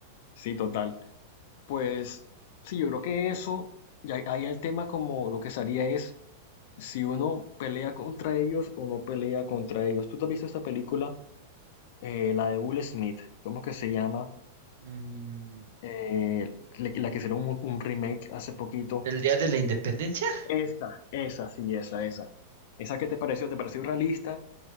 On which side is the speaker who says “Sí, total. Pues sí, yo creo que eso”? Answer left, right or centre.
Left